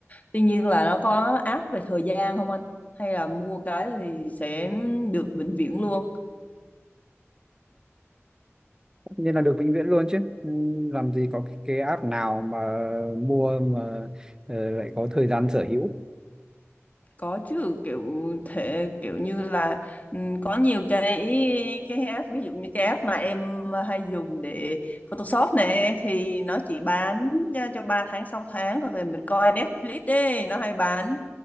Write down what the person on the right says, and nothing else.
tất nhiên là được vĩnh viễn luôn chứ Ừ, làm gì có cái, cái app nào mà mua mà ờ, lại có thời gian sở hữu